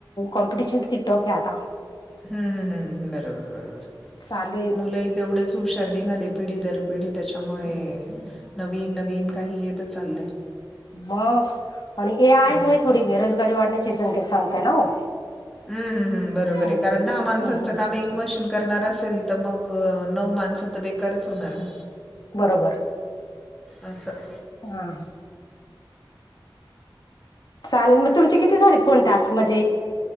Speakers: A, on the left; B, in the centre.
A: कॉम्पिटिशन ति टोप आहे आता.
B: हम् हम् हम्म बरोबर बरोबर.
A: चालेल
B: मुलंही तेवढेच हुशारणी नि घाले पिढी दर पिढी त्याच्यामुळे नवीन नवीन काही येत चाललंय.
A: मग आणि ए आय
B: हां
A: मु थोडी बेरोजगारी वाढण्याचे संगेत सांगताय ना हो.
B: हम्म हम् हम् बरोबर
A: हम्म
B: आहे कारण दहा माणसांचं
A: हम्म हम्म
B: काम एक मशीन करणार असेल तर मग ग नऊ माणसं तर बेकारच होणार ना.
A: बरोबर.
B: अससं
A: हा हा. चालेल मग तुमचे किती झाले फोन टास्क मध्ये.